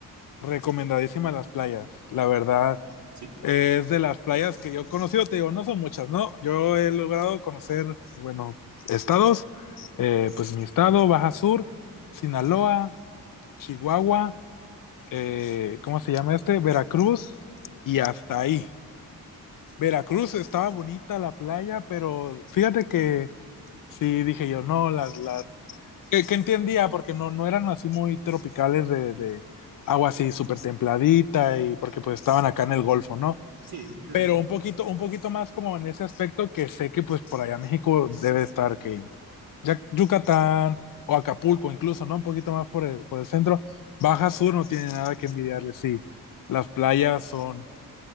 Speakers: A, on the left; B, on the right.
A: recomendadísima las playas, la verdad.
B: Sí,
A: Es de las playas que yo he conocido, te digo, no son muchas, ¿no? Yo he logrado conocer, bueno, estados, eh, pues mi estado, Baja Sur, Sinaloa, Chihuahua, eh, ¿cómo se llama este? Veracruz y hasta ahí. Veracruz estaba bonita la playa, pero fíjate que sí dije yo, no, las, las que, que entendía porque no, no eran así muy
B: sí.
A: tropicales de, de agua así súper templadita y porque pues estaban acá en el Golfo, ¿no?
B: Sí, todavía.
A: Pero un poquito, un poquito más como en ese aspecto que sé que pues por allá México debe estar que ya- Yucatán o Acapulco incluso, ¿no? Un poquito más por el, por el centro. Baja Sur no tiene nada que envidiarle, sí. Las playas son